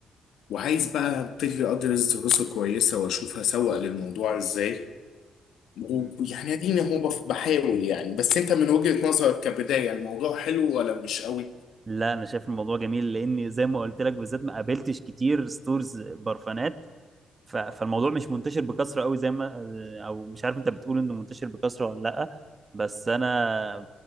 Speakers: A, on the left; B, on the right.
A: وعايز بقى ابتدي ادرس دراسه كويسه واشوف هسوق للموضوع ازاي ويعني
B: مم.
A: اديني هو بف- بحاول يعني بس انت من وجهه نظرك كبدايه الموضوع حلو ولا مش قوي؟
B: لا انا شايف الموضوع جميل لاني زي ما قلت لك بالذات ما قابلتش كتير ستورز برفانات ف- فالموضوع مش منتشر بكثره قوي زي ما او مش عارف انت بتقول انه منتشر بكثره ولا لا بس انا